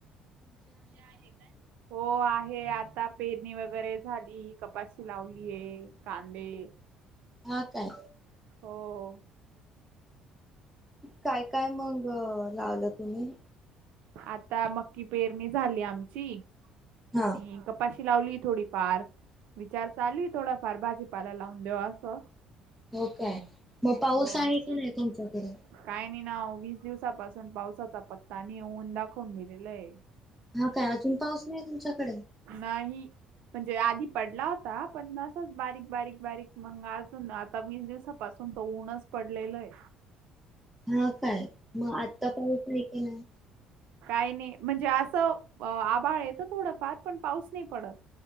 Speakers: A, on the right; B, in the centre.
A: तुमची आहे काय, हो आ आहे आता पेरणी वगैरे झाली कपाशी लावलीये कांदे
B: हा काय?
A: हो हो.
B: काय काय मग लावलं तुम्ही?
A: आता मक्की पेरणी झाली आमची
B: हा
A: आणि कप कपाशी लावली थोडीफार. विचार चालूये थोडाफार भाजीपाला लावून देऊ असं.
B: हो काय? म पाऊस
A: हो
B: आहे की नाही तुमच्याकडं?
A: काय नाही ना वीस दिवसापासून पावसाचा पत्ता नि ऊन दाखवून दिलेलंय.
B: हा काय अजून पाऊस नाही तुमच्याकडे?
A: नाही म्हणजे आधी पडला होता पण असच बारीक बारीक बारीक मग आज सून आता वीस दिवसापासून त ऊनच पडलेलंये.
B: हा काय मग आत्ता पाऊस आहे की नाही?
A: काय नाही, म्हणजे असं आभाळ येतं थोडंफार पण पाऊस नाही पडत.